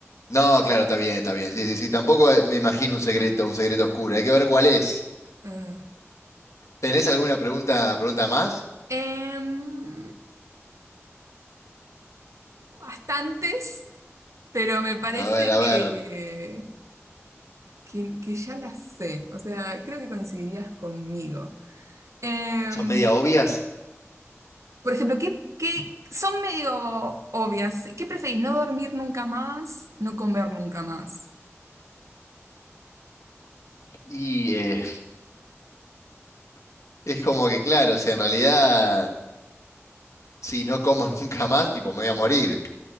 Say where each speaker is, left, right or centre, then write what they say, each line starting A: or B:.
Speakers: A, on the left (about 85°); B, on the right (about 85°).
A: No, claro, está bien, está bien. Sí, sí, sí. Tampoco eh, me imagino un secreto, un secreto oscuro. Hay que ver cuál es.
B: Eh,
A: ¿Tenés alguna pregunta, pregunta más?
B: em, bastantes, pero me parece
A: A ver, a ver.
B: que, que, que ya las sé, o sea, creo que coincidirías conmigo. Em,
A: Son media obvias.
B: Por ejemplo, ¿qué, qué son medio obvias? ¿Qué preferís? ¿No dormir nunca más? ¿No comer nunca más?
A: Y eh, <laughs> es como que, claro, si en realidad, si no como <laughs> nunca más, tipo, me voy a morir.